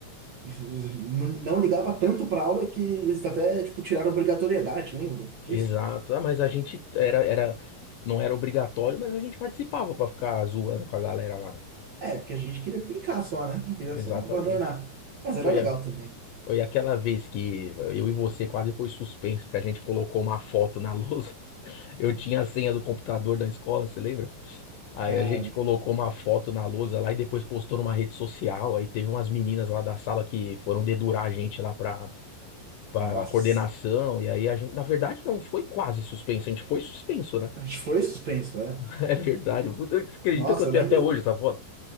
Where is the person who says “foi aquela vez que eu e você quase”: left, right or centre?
Left